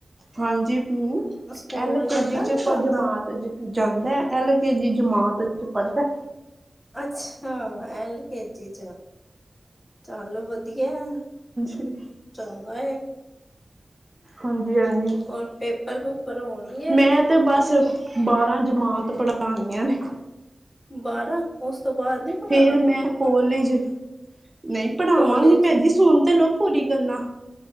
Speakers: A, on the right; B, on the left.
A: ਹਾਂਜੀ ਹੂੰ
B: ਸਕੂਲ
A: ਐਲ
B: ਜਾਂਦਾ
A: ਕੇ ਜੀ 'ਚ
B: ਨਹੀਂ
A: ਪਰ
B: ਜਾਂਦਾ
A: ਜਮਾਤ 'ਚ ਜਾਂਦਾ ਐਲ ਕੇ ਜੀ ਜਮਾਤ ਵਿੱਚ ਪੜ੍ਹਦਾ ਹੈ।
B: ਅੱਛਾ ਐਲ ਕੇ ਜੀ 'ਚ ਚੱਲ ਵਧੀਆ ਹੈ।
A: ਹੂੰ।
B: ਚੰਗਾ ਹੈ।
A: ਹਾਂਜੀ-ਹਾਂਜੀ।
B: ਹੋਰ ਪੇਪਰ ਪੂਪਰ ਹੋਣਗੇ।
A: ਮੈਂ ਤੇ ਬਸ ਬਾਰਾਂ ਜਮਾਤ ਪੜ੍ਹਾਣੀਆਂ ਨੇ।
B: ਬਾਰਾਂ ਉਸ ਤੋਂ ਬਾਅਦ ਨੀ। ਪੜ੍ਹਾਣਾ
A: ਫੇਰ ਮੈਂ ਕੋਲੇਜ ਨਹੀਂ ਪੜ੍ਹਾਵਾਂਗੀ
B: ਕੋਲਜ
A: ਭੈਣਜੀ
B: ਚ
A: ਸੁਣ ਤੇ ਲੋਓ ਪੂਰੀ ਗੱਲਾਂ।